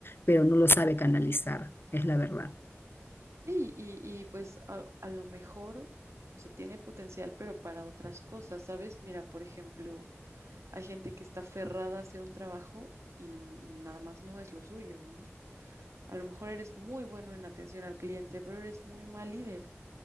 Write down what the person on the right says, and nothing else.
Sí, y, y pues a, a lo mejor, o sea, tiene potencial, pero para otras cosas, ¿sabes? Mira, por ejemplo, hay gente que está aferrada a hacer un trabajo y no- nada más no es lo suyo, ¿no? A lo mejor eres muy bueno en atención al cliente, pero eres muy mal líder.